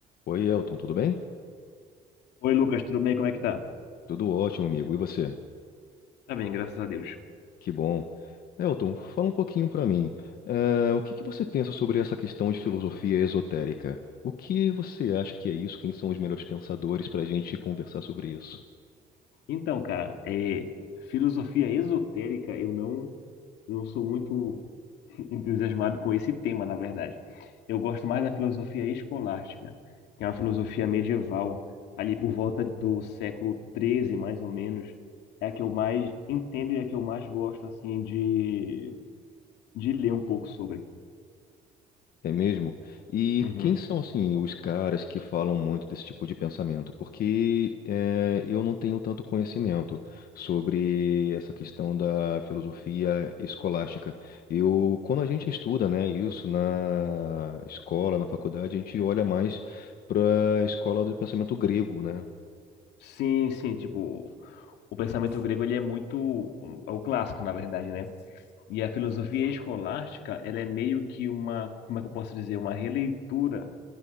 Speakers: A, on the left; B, on the left.
A: Oi, Elton, tudo bem?
B: Oi, Lucas, tudo bem? Como é que tá?
A: Tudo ótimo, amigo. E você?
B: Tá bem, graças a Deus.
A: Que bom. Elton, fala um pouquinho pra mim. Eh, o que que você pensa sobre essa questão de filosofia esotérica? O que você acha que é isso? Quem são os melhores pensadores pra gente conversar sobre isso?
B: Então, cara, é, filosofia esotérica, eu não, não sou muito <laughs> entusiasmado com esse tema, na verdade. Eu gosto mais da filosofia escolástica, que é uma filosofia medieval, ali por volta do século XIII, mais ou menos. É a que eu mais entendo e é a que eu mais gosto, assim, de, de ler um pouco sobre.
A: É mesmo? E
B: Uhum.
A: quem são, assim, os caras que falam muito desse tipo de pensamento? Porque eh, eu não tenho tanto conhecimento sobre essa questão da filosofia escolástica. Eu, quando a gente estuda, né, isso na escola, na faculdade, a gente olha mais para a escola do pensamento grego, né?
B: Sim, sim, tipo, o pensamento grego ele é muito é o clássico, na verdade, né? E a filosofia escolástica, ela é meio que uma, como é que eu posso dizer, uma releitura